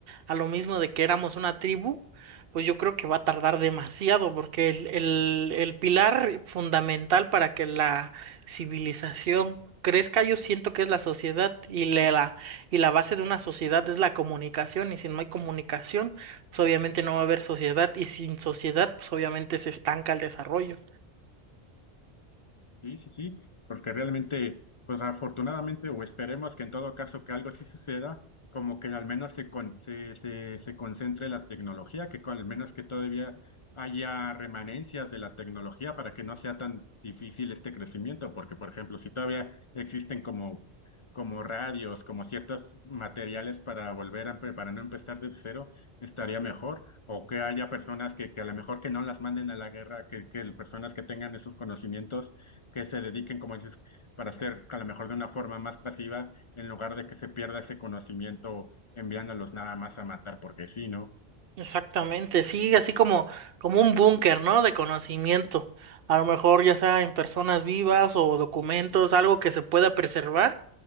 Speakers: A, on the right (about 65°); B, on the left (about 45°).
A: a lo mismo de que éramos una tribu, pues yo creo que va a tardar demasiado porque el, el, el pilar fundamental para que la civilización crezca yo siento que es la sociedad y la y la base de una sociedad es la comunicación, y si no hay comunicación, pues obviamente no va a haber sociedad, y sin sociedad, pues obviamente se estanca el desarrollo.
B: Sí, sí, sí, porque realmente, pues afortunadamente, o esperemos que en todo caso que algo sí suceda, como que al menos se, con- se, se, se concentre la tecnología, que con- al menos que todavía haya remanencias de la tecnología para que no sea tan difícil este crecimiento, porque por ejemplo, si todavía existen como, como radios, como ciertos materiales para volver a, empe- para no empezar de cero, estaría mejor, o que haya personas que, que a lo mejor que no las manden a la guerra, que, que personas que tengan esos conocimientos que se dediquen, como dices, para hacer a lo mejor de una forma más pasiva, en lugar de que se pierda ese conocimiento enviándolos nada más a matar porque sí, ¿no?
A: Exactamente, sí, así como, como un búnker, ¿no? De conocimiento. A lo mejor ya sea en personas vivas o documentos, algo que se pueda preservar